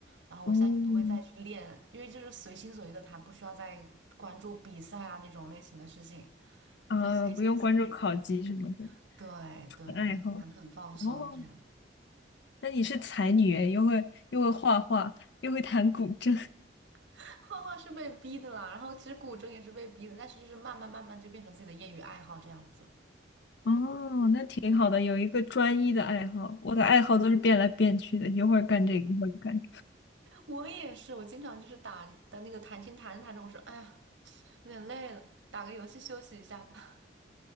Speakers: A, on the right; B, on the left.
A: 然后我现在也不会再去练，
B: 嗯，
A: 因为就是随心所欲的弹，不需要再关注比赛啊那种类型的事情，
B: 啊，
A: 就随心所欲的弹。
B: 不用关注考级什么的，
A: 对对，
B: 纯爱好。
A: 然后弹的很放松，
B: 哦，
A: 这样。
B: 那你是才女诶，又会又会画画，又会弹古筝。
A: <laughs> 画画是被逼的啦，然后其实古筝也是被逼的，但是就是慢慢慢慢就变成自己的业余爱好这样子。
B: 哦，那挺好的，有一个专一的爱好。我的爱好都是变来变去的，一会儿干这个，一会儿干
A: 我也是，我经常就是打的那个弹琴弹着弹着，我说哎呀，有点累了，打个游戏休息一下吧。